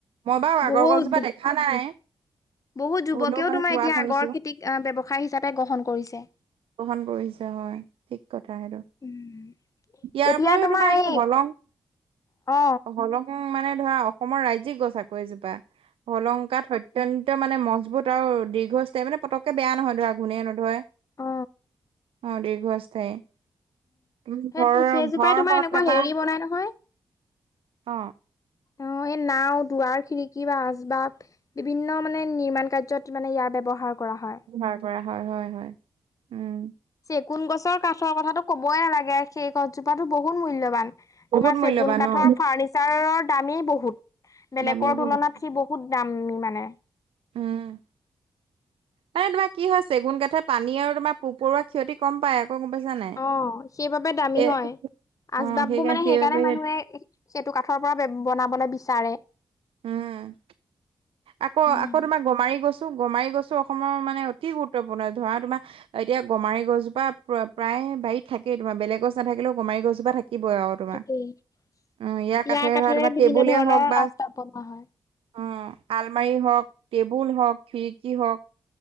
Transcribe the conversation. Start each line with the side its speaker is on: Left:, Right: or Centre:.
Right: মই বাৰু
Left: বহুত
Right: আগৰ গছজোপা দেখা নাই।
Left: বহুত যুৱকেও
Right: হ'লেও মানে
Left: তোমাৰ
Right: কোৱা
Left: এতিয়া
Right: শুনিছো
Left: আগৰ খেতিক ব্যৱসায় হিচাপে গ্ৰহণ কৰিছে।
Right: গ্ৰহণ কৰিছে হয় ঠিক কথা সেইটো।
Left: উম
Right: ইয়াৰ
Left: এতিয়া
Right: উপৰিও তোমাৰ
Left: এই
Right: হলং
Left: অ
Right: হলং উম মানে ধৰা অসমৰ ৰাজ্যিক গছ আকৌ এইজোপা অলংকাত হয়। অত্যন্ত মানে মজবুত আৰু দীৰ্ঘস্থায়ী মানে পতককে বেয়া নহয় ঘোণে নধৰে।
Left: অ
Right: অ দীৰ্ঘস্থায়ী
Left: সেই
Right: ঘৰৰ
Left: সেইজোপাই
Right: ঘৰ
Left: তোমাৰ এনেকুৱা
Right: এটা
Left: হেৰি বনাই নহয়
Right: অ
Left: অ এই নাও দুৱাৰ খিৰিকী বা আচবাব বিভিন্ন মানে নিৰ্মাণ কাৰ্যত মানে ইয়াৰ ব্যৱহাৰ কৰা হয়।
Right: ব্যৱহাৰ কৰা হয় হয় হয় উম
Left: চেগুন গছৰ কাঠৰ কথাটো কবই নালাগে সেই গছজোপাটো বহুত মূল্যবান।
Right: বহুত
Left: তোমাৰ চেগুন
Right: মূল্যবান
Left: কাঠৰ
Right: অ
Left: ফাৰনি ছাৰৰ দামেই বহুত বেলেগৰ
Right: দামী বহুত
Left: তুলনাত সি বহুত দামী মানে।
Right: উম মানে তোমাৰ কি হয় চেগুন কাঠে পানী আৰু তোমাৰ পোকপৰুৱা ক্ষতি কম পায়। অ গম পাইছা নাই?
Left: অ সেইবাবে দামী
Right: এ
Left: হয় আচবাব
Right: অ
Left: বোৰ মানে
Right: সেইবাবে
Left: সেইকাৰণে মানুহে সেইটো কাঠৰ পৰা বনাবলৈ বিচাৰে।
Right: উম আকৌ
Left: উম
Right: আকৌ তোমাৰ গমাৰি গছ গমাৰি গছো অসমৰ মানে অতি গুৰুত্বপূৰ্ণ ধৰা তোমাৰ এতিয়া গমাৰি গছজোপা প্ৰায় বাৰীত থাকেই তোমাৰ বেলেগ গছ নাথাকিলেও গমাৰি গছজোপা থাকিবই আৰু তোমাৰ
Left: থাকেই ইয়াৰ
Right: উম
Left: কাঠেৰে
Right: ধৰা তোমাৰ
Left: বিভিন্ন
Right: টেবুলে
Left: ধৰণৰ
Right: হওক বা
Left: ৰাস্তা বনোৱা হয়।
Right: উম আলমাৰি হওক টেবুল হওক খিৰিকী হওক